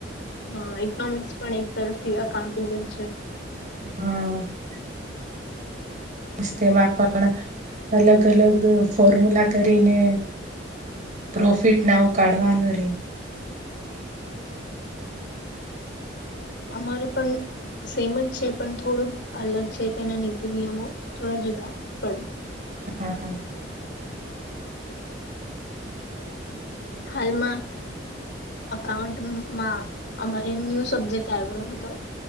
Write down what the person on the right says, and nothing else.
હા તેમાં પણ અલગ અલગ ફોર્મુલા કરીને પ્રોફિટ ના ઉ કાઢવાનું રે
હા